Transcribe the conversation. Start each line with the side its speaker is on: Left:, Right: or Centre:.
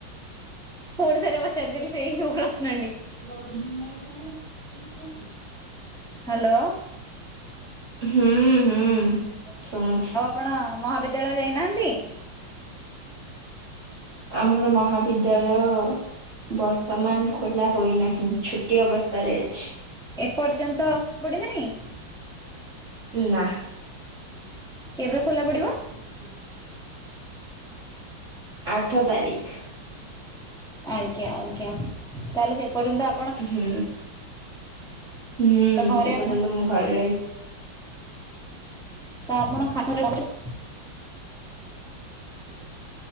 Centre: ପୁଣି ଥରେ ପଚାରିଦେଲି ସେଇ ପ୍ରଶ୍ନଡି
Right: <unintelligible>
Centre: ହ୍ୟାଲୋ।
Right: ହୁଁ ହୁଁ ଶୁଣୁଛି।
Centre: କଣ ମହାବିଦ୍ୟାଳୟ ଯାଇନାହାନ୍ତି?
Right: ଆମର ମହାବିଦ୍ୟାଳୟ ବର୍ତ୍ତମାନ ଖୋଲା ରହିଇନାହିଁ, ଛୁଟି ଅବସ୍ଥାରେ ଅଛି।
Centre: ଏପର୍ଯ୍ୟନ୍ତ ପଡିନାହିଁ।
Right: ନା।
Centre: କେବେ ଖୋଲା ପଡିବ?
Right: <inaudible> ଆଠ ତାରିଖ।
Centre: ଆଜ୍ଞା ଆଜ୍ଞା ତାହେଲେ ସେପର୍ଯ୍ୟନ୍ତ
Right: ହୁଁ ହୁଁ
Centre: ତ ଘରେ
Right: ସେ
Centre: ଆପଣ
Right: ପର୍ଯ୍ୟନ୍ତ ମୁଁ ଘରେ ରହି।
Centre: ତା ଆପଣ ଖାସରେ <unintelligible>
Right: <inaudible>